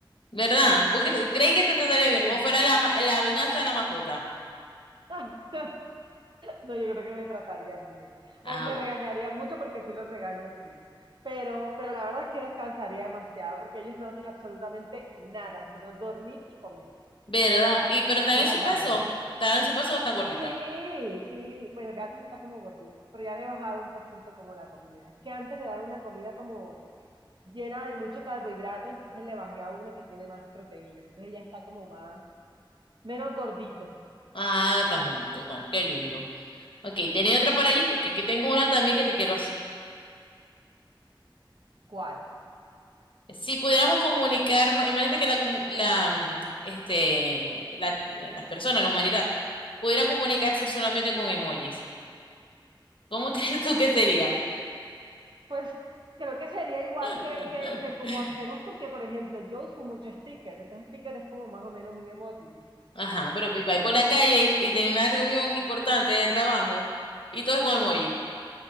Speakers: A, on the left; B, on the right.
A: ¿Verdad? Porque cre- creí que te trataría
B: Sí.
A: bien. O fuera la, ma- la venganza de la mascota.
B: <laughs> No, yo creo que me tratarían bien.
A: Ah,
B: O me
A: bueno.
B: regañarían mucho porque sí los regaño full. Pero, pero la verdad es que descansaría demasiado porque ellos no hacen absolutamente nada, sino dormir y comer,
A: ¿Verdad? Y pero están
B: ir
A: en su
B: al baño.
A: peso. ¿Están en su peso o están gorditas?
B: Sí, sí, pues el gato sí está como gordito, pero ya le he bajado un poquito como la comida. Es que antes le daba una comida como llena de mucho carbohidrato, entonces le bajé a una que tiene más proteína. Entonces ya está como más, menos gordito.
A: Ah, están bonito, están- qué lindo. Ok, tenía otra por allí porque aquí tengo una también que te quiero hacer.
B: ¿Cuál?
A: Si pudiéramos comunicarnos, imagínate que la, comu- la mm, este la, las personas, la humanidad, pudiera comunicarse solamente con emojis. ¿Cómo <laughs> crees tú que sería?
B: Pues creo que sería igual
A: <laughs>
B: que, que, que como hacemos, porque por ejemplo, yo uso mucho sticker, entonces sticker es como más o menos un emoji, ¿no?
A: Ajá, pero y va
B: <laughs>
A: por la calle y tiene una reunión importante de trabajo y todo es con emoji,